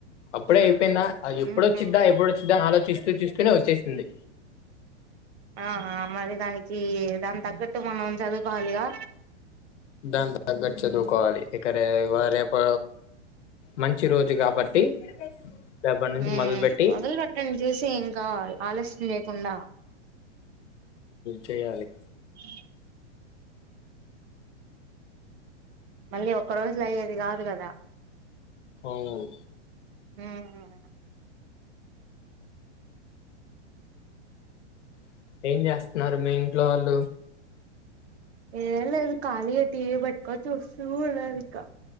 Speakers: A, on the left; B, on the right.
A: అప్పుడే అయిపోయిందా? ఎప్పుడొచ్చిందా?
B: ఉహు
A: ఎప్పుడొచ్చిందాని ఆలోచిస్తు ఆలోచిస్తూనే వచ్చేసింది.
B: ఆ మరి దానికి దాని తగ్గట్టు మనం చదువుకోవాలిగా.
A: దాని తగ్గట్ చదువుకోవాలి ఇకరే వ రేపు మంచి రోజు కాబట్టి. రేపటి నుంచి
B: మ్
A: మొదలుపెట్టి
B: మొదలుపెట్టండి. చూసి ఇంకా ఆలస్యం లేయకుండా?
A: చేయాలి.
B: ఇ <unintelligible> అన్నీ ఒక్క రోజులో అయ్యేది కాదు కదా.
A: అవును.
B: మ్!
A: ఇంక ఏంచేస్తున్నారు? మీ ఇంట్లో వాళ్ళు.
B: ఏ లే ఖాళీ గా టివి పెట్టుకుని చూస్తున్నాను ఇంక